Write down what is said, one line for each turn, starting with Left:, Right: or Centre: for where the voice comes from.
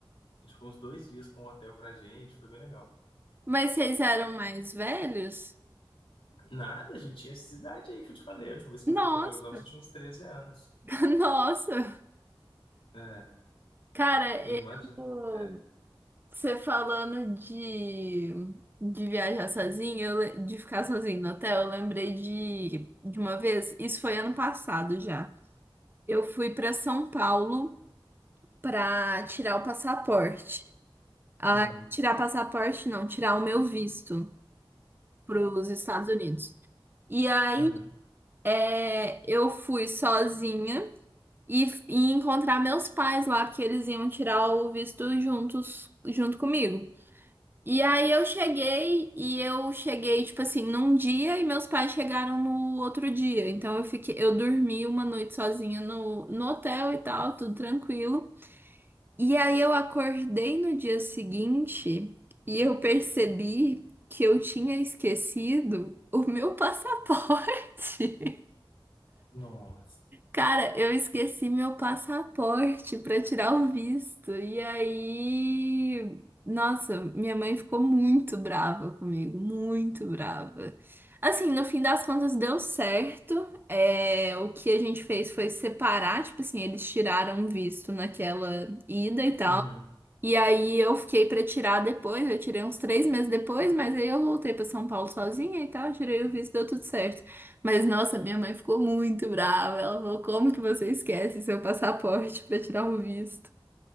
Left: a gente ficou uns dois dias com um hotel pra gente, foi bem legal.
Right: Mas vocês eram mais velhos?
Left: Nada, a gente tinha essa idade aí que eu te falei. A última vez que
Right: Nossa,
Left: eu fui pra Guarulhos, eu tinha uns treze anos.
Right: <laughs> nossa.
Left: É,
Right: Cara,
Left: minha
Right: eu,
Left: irmã. de- É,
Right: Você falando de, de viajar sozinho, eu le- de ficar sozinho no hotel, eu lembrei de, de uma vez, isso foi ano passado já. Eu fui para São Paulo para tirar o passaporte. Ah,
Left: uhum,
Right: tirar passaporte não, tirar o meu visto para os Estados Unidos. E aí
Left: uhum.
Right: é, eu fui sozinha e, f- e encontrar meus pais lá, porque eles iam tirar o visto juntos, junto comigo. E aí eu cheguei e eu cheguei tipo assim num dia e meus pais chegaram no outro dia. Então eu fiquei, eu dormi uma noite sozinha no, no hotel e tal, tudo tranquilo. E aí eu acordei no dia seguinte e eu percebi que eu tinha esquecido o meu passaporte. <laughs>
Left: Nossa.
Right: Cara, eu esqueci meu passaporte para tirar o visto. E aí, nossa, minha mãe ficou muito brava comigo, muito brava. Assim, no fim das contas deu certo. É, o que a gente fez foi separar, tipo assim, eles tiraram o visto naquela ida e tal.
Left: Uhum.
Right: E aí eu fiquei pra tirar depois, eu tirei uns três meses depois, mas aí eu voltei pra São Paulo sozinha e tal, tirei o visto, deu tudo certo. Mas nossa, minha mãe ficou muito brava. Ela falou: "Como que você esquece seu passaporte pra tirar o visto?"